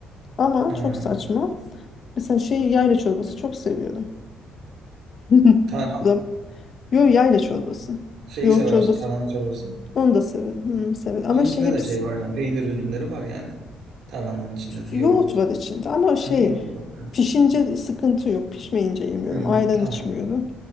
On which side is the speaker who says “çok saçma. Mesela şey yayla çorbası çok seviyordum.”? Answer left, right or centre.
Left